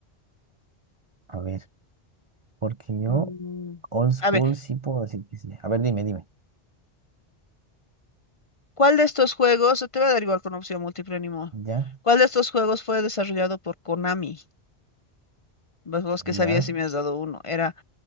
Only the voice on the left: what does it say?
Mm,
a ver,
¿cuál de estos juegos, te voy a dar igual con opción múltiple ni modo.
¿Cuál de estos juegos fue desarrollado por Konami? Pues vos que sabías
si me has dado uno. Era